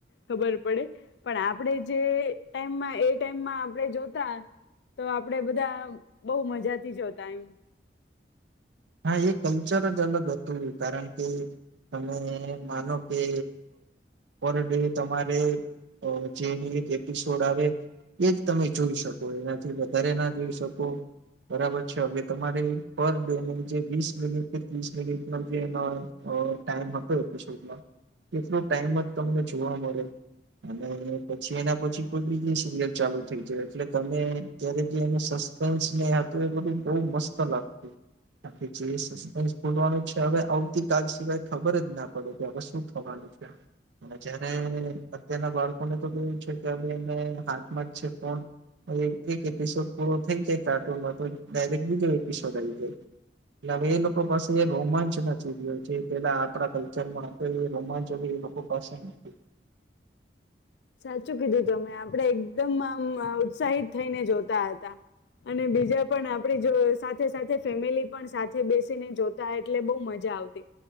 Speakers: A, on the left; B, on the right.
A: ખબર પડે. પણ આપણે જે ટાઈમ એ ટાઈમમાં આપણે જોતા તો આપણેે બધા બહુ મજાથી જોતા એમ
B: હા એ કલ્ચર જ અલગ હતું કારણ કે તમે માનો કે પર ડે તમારે જે એક એપિસોડ આવે એ જ તમે જોઈ શકો એનાથી વધારે ના જોઈ શકો બરાબર છે હવે તમારે પર ડે મિનટ કે ત્રીસ મિનિટમાં જે એ ટાઈમ હતો એપિસોડમાં એટલો ટાઈમ જ તમને જોવા મળે અને પછી એના પછી કોઈ બીજી સિરિયલ ચાલુ થઈ જાય એટલે ત્યારે જે સસ્પેન્સ હતું એ બધું બ મસ્ત લાગતું. વા હવે આવતીકાલ સિવાય ખબર જ ના પડે કે હવે શું થવાનું છે જયારે અત્યારના બાળકોને તો કેવું છે કે એ હાથમાં જ છે પણ એક એપિસોડ પૂરો થઈ જાય કાર્ટૂન તો ડરેક બીજો એપિસોડ જાય. <unintelligible> પાસે એ રોમાંચ નથી ગયો જે પેલા આપણા કલ્ચરમાં રોમાંચ એ લોકો પાસે નથી.
A: સાચું કીધું તમે આપડે એકદમ આમ ઉત્સાહિત થઈને જોતા હતા અને બીજા પણ આપડી સાથે સાથે ફેમિલી પણ સાથે બેસીને જોતા એટલે બહ મજા આવતી